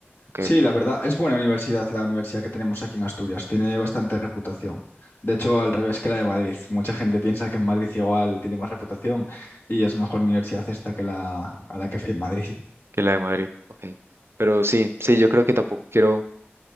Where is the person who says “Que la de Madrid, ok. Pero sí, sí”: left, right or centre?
Right